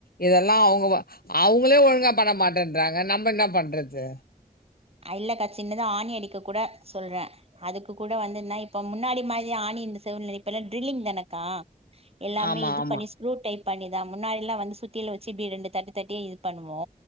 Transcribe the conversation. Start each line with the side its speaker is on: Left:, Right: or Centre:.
Left: இதெல்லா அவுங்க அவுங்களே ஒழுங்கா பண்ண மாட்டேன்றாங்க நம்ம என்ன பண்றது
Right: அ இல்லகா சின்னதா ஆணி அடிக்க கூட சொல்றே அதுக்கு கூட வந்துன்னா இப்ப முன்னாடி மாதி ஆணி இந்த சூழ்நிலை இப்பல்லா டிரில்லிங் தானக்கா எல்லாமே
Left: ஆமா
Right: இது
Left: ஆமா
Right: பண்ணி ஸ்க்ரூ டைப் பண்ணிதா முன்னாடில்லா வந்து சுத்தியல வச்சு இப்டி ரெண்டு தட்டு தட்டி இது பண்ணுவோ